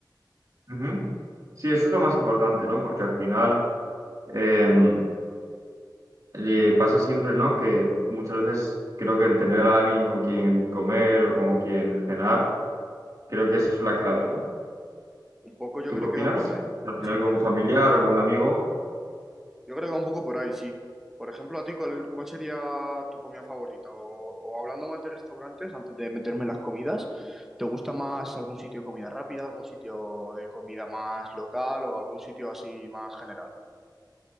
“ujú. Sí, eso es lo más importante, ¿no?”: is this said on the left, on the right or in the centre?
Right